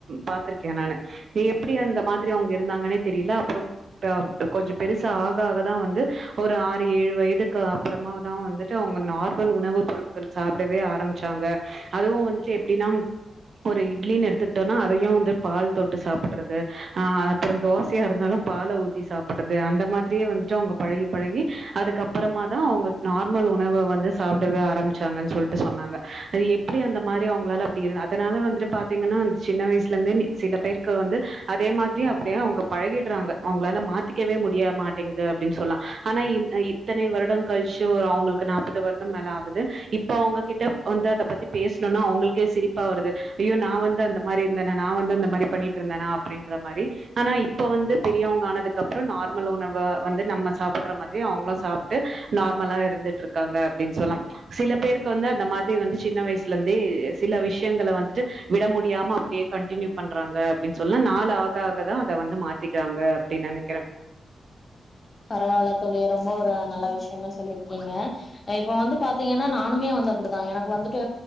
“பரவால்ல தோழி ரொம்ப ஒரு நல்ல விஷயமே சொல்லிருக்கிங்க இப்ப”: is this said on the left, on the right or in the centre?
Left